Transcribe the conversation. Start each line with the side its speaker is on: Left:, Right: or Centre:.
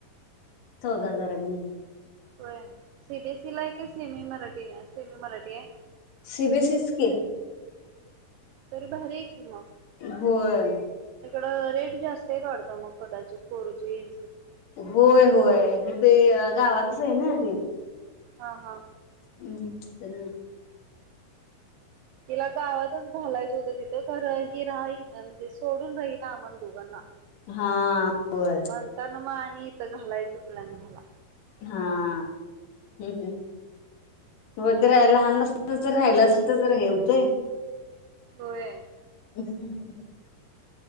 Left: चौदा हजार आहे म
Right: होय सीबीएसई ला आहे का सेमी मराठी सेमी मराठी आहे
Left: सि बी एस सी की
Right: तरी भारी आहे कि म
Left: होय.
Right: इकडं रेट जास्त आहे वाटतय मग कदाचित करूची येईल
Left: होय होय हीथ गावातच आहे ना ते
Right: हा हा
Left: हम् ना
Right: तिला गावातच घालायचं होतं तिथं खर हि रान म्हणजे सोडून राहीना आम्हाला दोघांना
Left: हा होय.
Right: म्हणताना मग आणि इथं घालायचं चुकलन झाला.
Left: हा हम्म हम्म हो ते रा लहान बासताना जर राहिलं असल तर जर हेवतंय
Right: होय.
Left: हम्